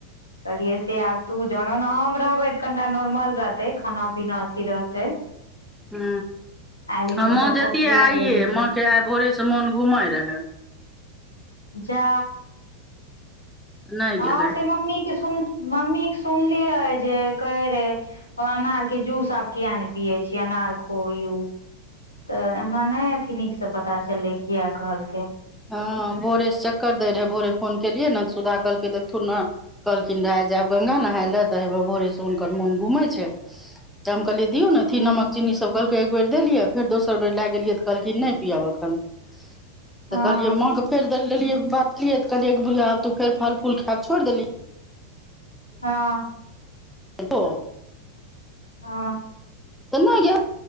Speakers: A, on the left; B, in the centre.
A: कहलियै से आब तु जान ओना हम रहबै तऽ कनिटा नॉर्मल रहतै खाना पीना अथी रहतै
B: हू
A: आइ लेकिन
B: हां
A: ओ
B: मां
A: सब
B: जैतियै
A: कोकिया
B: आइये
A: गेल हेतै
B: माँके आइ भोरेसँ मोन घुमै रहए
A: जा
B: नहि
A: हँ
B: गेलै
A: से मम्मी के सुन मम्मी के सुनलियै जे कहै रहे अनार के जूस आब किया ने पियए छी अनार खोवयो तऽ इमहर नै अथी नीकसँ पता चललै किया कहलकै
B: हँ भोरेसँ चक्कर दै रहै भोरे फोन केलियै न सुधा कहलकै देखथुन न कहलखिन रहाय जायब गंगा नहाय लए तऽ होवएह भोरेसँ हुनकर मोन घूमै छै त हम कहलियै दियौ न
A: हँ
B: अथी नमक चीनी सब कहलकै एक बेर देलियै फेर दोसर बेर लए गेलियै तऽ कहलखिन नै पिअब एखन तऽ
A: हँ
B: कहलिय माँ के फर देलियए बातेलिय तऽ कहलिये बुढ़िया आब तू फेर फल फूल खायब छोइर देलिही
A: हँ
B: हलो
A: हँ
B: एने ये <unintelligible>